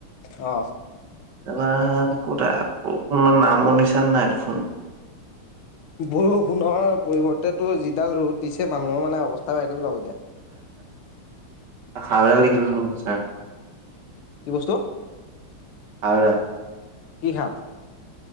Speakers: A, on the left; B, on the right.
A: অ।
B: এবাৰ কটাখোননৰ নামো নিচান নাই ফোন।
A: বৰষুণৰ পৰিৱৰ্তে যিডাল ৰ'দ দিছে মানুহৰ মানে অৱস্থা বেয়া কৰিব লাগব এ দিয়া।
B: হাৱলা লিখিলো নহয় ছাৰ।
A: কি বস্তু।
B: আও ৰাও।
A: কি সাপ।